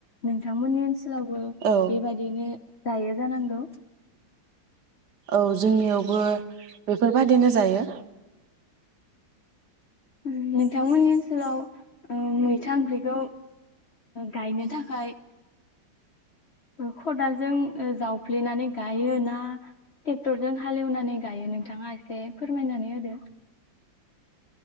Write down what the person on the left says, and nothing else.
नोंथांमोननि ओनसो लावबो
बेबायदिनो जायो जानांगौ।
ओ नोंथांमोननि ओनसोलाव ओ मैथा ओंख्रिखौ गायनो थाखाय ओ खदालजों ओ जावफ्लेनानै गायो ना ट्रेक्टरजों हालेवनानै गायो नोंथाङा ए से फोरमायनानै होदो